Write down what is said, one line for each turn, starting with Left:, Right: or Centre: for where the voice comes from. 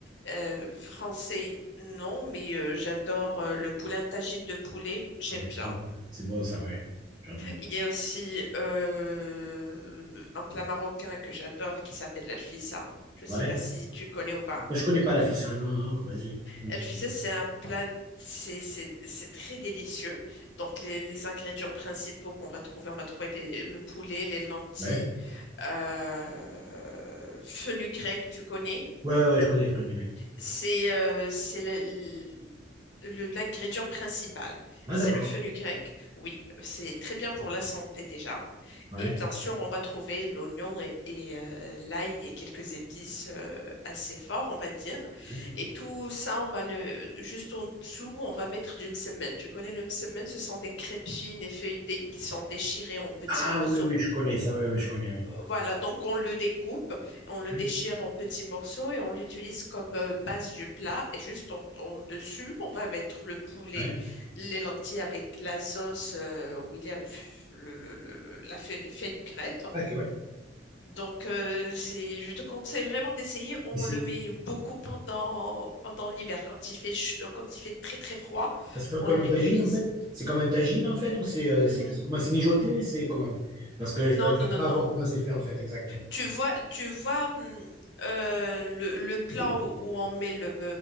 Left: euh, français, non, mais euh, j'adore euh, le poulet, un tagine de poulet, j'aime
Right: Ah ouais,
Left: bien.
Right: c'est bon. C'est bon, ça, ouais. J'adore.
Left: Il y a aussi euh, un plat marocain que j'adore qui s'appelle l'alfissa. Je ne
Right: Ouais.
Left: sais pas si tu connais ou pas.
Right: Je connais pas la fissa non, non. Vas-y. Explique un
Left: Elle
Right: petit
Left: faisait,
Right: peu plus.
Left: c'est un plat, c'est c'est- c'est très délicieux. Donc, les, les ingrédients principaux qu'on va trouver, on va trouver des- le poulet, les lentilles,
Right: Ouais.
Left: euh, fenugrec, tu connais.
Right: Ouais, ouais, ouais, je connais, je connais, ouais.
Left: C'est euh, c'est le- le- l'ingrédient principal.
Right: Ah,
Left: C'est
Right: d'accord.
Left: le fenugrec. Oui, c'est très bien pour la santé déjà.
Right: Ouais.
Left: Et bien sûr, on va trouver l'oignon et, et, euh, l'ail et quelques épices euh, assez forts, on va dire.
Right: ouais.
Left: Et tout ça, on va le juste en dessous, on va mettre du msemen. Tu connais le msemen? Ce sont des crêpes fines et feuilletées qui sont déchirées en petits
Right: Ah
Left: morceaux
Right: oui, oui, je connais ça, ouais, ouais, je connais, ouais.
Left: voilà, donc on le découpe, on le
Right: Ouais.
Left: déchire en petits morceaux et on l'utilise comme euh, base du plat. Et juste en, en dessus, on va mettre le poulet,
Right: ouais.
Left: les lentilles avec la sauce euh, où il y a le f- le- le- le- le- la fe- fenugrette.
Right: Ah, ok, ouais.
Left: Donc euh, c'est, je te conseille vraiment d'essayer. On
Right: Mais c'est
Left: le met beaucoup pendant pendant l'hiver quand il fait ch- quand il fait très très froid,
Right: Ça se fait
Left: on
Right: comme
Left: l'utilise.
Right: une tagine en fait? C'est comme un tagine en fait? Ou c'est euh, c'est
Left: N-
Right: c'est comment c'est mijoté? C'est comment? Parce que je
Left: Non
Right: n'arrive
Left: non non
Right: pas
Left: non.
Right: à voir comment c'est fait en fait exactement.
Left: Tu vois, tu vois hum, euh, le, le plat
Right: <clears throat>
Left: où, où on met le,